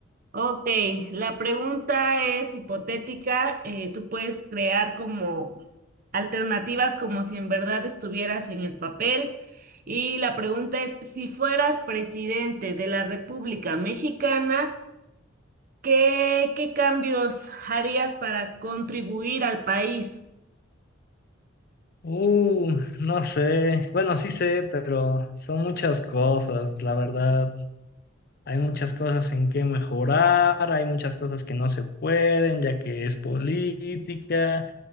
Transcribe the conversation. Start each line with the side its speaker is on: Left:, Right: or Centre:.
Right: Ok, la pregunta es hipotética. eh, tú puedes crear como alternativas como si en verdad estuvieras en el papel. Y la pregunta es, si fueras presidente de la República Mexicana, ¿Qué, qué cambios harías para contribuir al país?
Left: Uh, no sé, bueno, sí sé, pero son muchas cosas, la verdad. Hay muchas cosas en que mejorar, hay muchas cosas que no se pueden, ya que es política